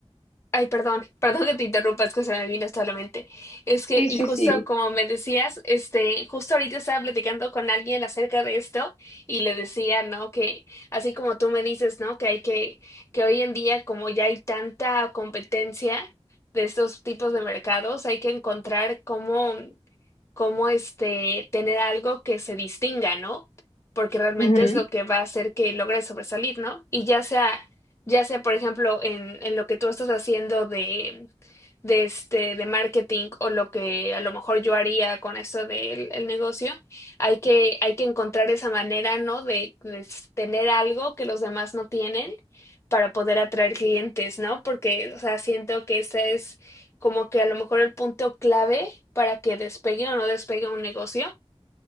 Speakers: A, on the left; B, on the left.
A: Ay, perdón, <laughs> perdón que te interrumpa, es que se me vino esto a la mente. Es que,
B: sí, sí,
A: y justo
B: sí.
A: como me decías, este, justo ahorita estaba platicando con alguien acerca de esto y le decía, ¿no? Que así como tú me dices, ¿no? Que hay que, que hoy en día, como ya hay tanta competencia de estos tipos de mercados, hay que encontrar cómo, cómo este, tener algo que se distinga, ¿no? Porque realmente
B: Ujú,
A: es lo que va a hacer que logres sobresalir, ¿no? Y ya sea ya sea, por ejemplo, en, en lo que tú estás haciendo de, de, este, de marketing o lo que a lo mejor yo haría con esto del el negocio, hay que, hay que encontrar esa manera, ¿no? De, de s- tener algo que los demás no tienen para poder atraer clientes, ¿no? Porque, o sea, siento que ese es como que a lo mejor el punto clave para que despegue o no despegue un negocio